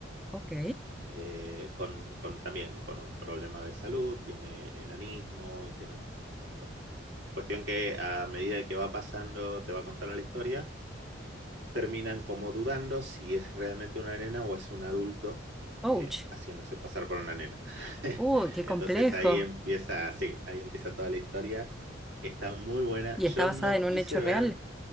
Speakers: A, in the centre; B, on the right (about 65°).
A: Ok.
B: eh, con, con- también con un problema de salud, tiene enanismo y tiene un montón de cosas. Cuestión que a medida que va pasando, te va contando la historia, terminan como dudando si es realmente una nena o es un adulto
A: Ouch.
B: eh, haciéndose pasar por una nena. <laughs>
A: Uy, qué
B: Entonces
A: complejo.
B: ahí empieza, sí, ahí empieza toda la historia. Está muy buena.
A: Y
B: Yo
A: está basada
B: no
A: en un
B: quise
A: hecho
B: ver,
A: real.